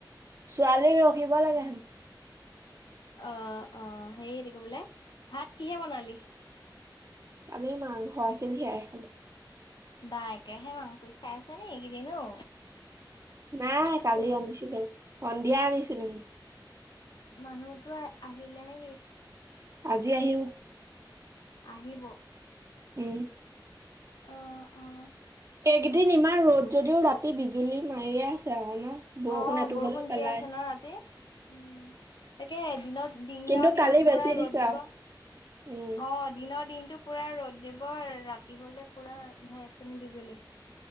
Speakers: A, on the right; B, on the left.
A: ছোৱালীক ৰখিব লাগে হেন।
B: অ', অ' সেই এটো কিবোলে ভাত কিহে বনালি?
A: কালিৰ মাংস আছিল সেইয়াই খালোঁ।
B: বা একেৰাহে মাংস খাই আছে নি এইকেইদিন অ'
A: নাই
B: তই
A: কালি
B: ফোন কৰি
A: আনিছিলো সন্ধিয়া আনিছিলো
B: মানুহতো আহিলে নেকি?
A: আজি আহিল।
B: আহিব
A: উম'
B: অ', অ'
A: এইকেদিন ইমান ৰ'দ যদিও ৰাতি বিজুলী মাৰিয়ে আছে আৰু ন বৰষুণ
B: অ'
A: এটোপ
B: বৰষুণ
A: হলেও
B: দিয়ে
A: পেলাই
B: আছে ন ৰাতি উম' তাকে দিনত দিনৰ
A: কিন্তু
B: দিনটো
A: কালি বেছি
B: পুৰা
A: দিছে
B: ৰ'দ দিব
A: আৰু
B: অ'
A: উম
B: দিনৰ দিনতটো পুৰা ৰ'দ এইবাৰ ৰাতি হ'লে পুৰা ঢেৰেকণি বিজুলী